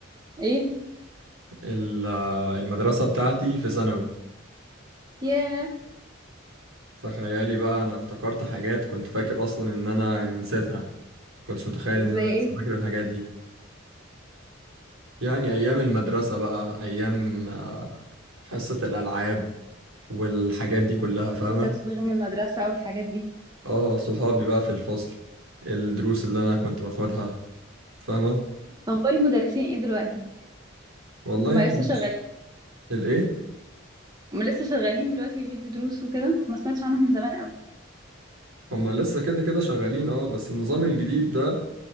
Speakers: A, on the right; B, on the right.
A: ايه
B: ال- آه، المدرسة بتاعتي في ثانوي
A: ياه
B: تخيلي بقى انا افتكرت حاجات كنت فاكر اصلا ان انا يعني نسيتها ما كنتش متخيل
A: زي
B: ان انا
A: ايه
B: لسه فاكر الحاجات دي يعني ايام المدرسة بقى ايام آه، حصة الالعاب والحاجات دي كلها فاهمة؟
A: وتزويغ من المدرسة والحاجات دي
B: اه صحابي بقى في الفصل الدروس اللي انا كنت باخدها فاهمة
A: اخبار المدرسين ايه دلوقتي
B: والله
A: ما لسه شغالين
B: مش- الايه
A: ما لسه شغالين دلوقتي وبيدي دروس وكده ما سمعتش عنهم من زمان قوي
B: هما لسه كده كده شغالين اه بس النظام الجديد ده